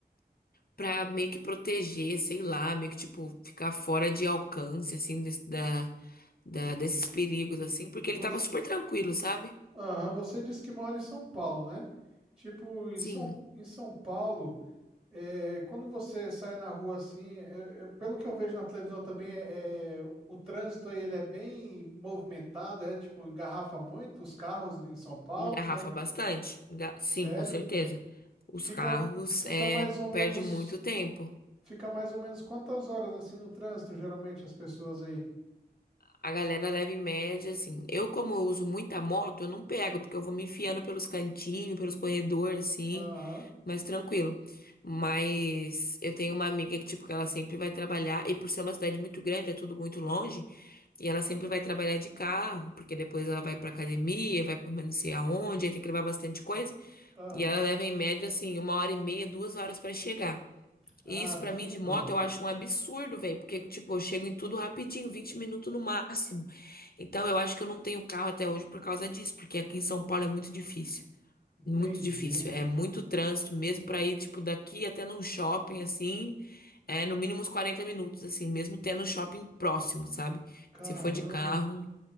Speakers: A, on the left; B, on the right.
A: para meio que proteger, sei lá, meio que tipo ficar fora de alcance assim desse, da, da desses perigos assim,
B: Você,
A: porque ele tava super tranquilo, sabe?
B: Aham, você disse que mora em São Paulo, né? Tipo, em
A: Sim,
B: São, em São Paulo, é, quando você sai na rua assim, é- é- pelo que eu vejo na televisão também, é, é, o trânsito aí ele é bem movimentado, é tipo, engarrafa muito os carros em São Paulo,
A: engarrafa
B: como é que...
A: bastante. Enga- Sim,
B: Sério?
A: com certeza. Os
B: Fica,
A: carros
B: fica
A: é
B: mais ou menos,
A: perde muito tempo.
B: fica mais ou menos quantas horas assim no trânsito, geralmente, as pessoas aí?
A: A galera leva em média, assim. Eu, como eu uso muita moto, eu não pego, porque eu vou me enfiando pelos cantinhos, pelos corredores, assim,
B: Aham,
A: mais tranquilo. Mas eu tenho uma amiga que, tipo, que ela sempre vai trabalhar, e por ser uma cidade muito grande, é tudo muito longe, e ela sempre vai trabalhar de carro, porque depois ela vai pra academia, vai pra não sei aonde, aí tem que levar bastante coisa,
B: aham.
A: e ela leva em média, assim, uma hora e meia, duas horas pra chegar.
B: Caramba,
A: E isso pra mim de moto eu acho um absurdo, velho, porque tipo, eu chego em tudo rapidinho, 20 minutos no máximo. Então eu acho que eu não tenho carro até hoje por causa disso, porque aqui em São Paulo é muito difícil,
B: entendi.
A: muito difícil, é muito trânsito mesmo pra ir tipo daqui até num shopping assim, é no mínimo uns 40 minutos assim, mesmo tendo um shopping próximo, sabe?
B: Caramba.
A: Se for de carro,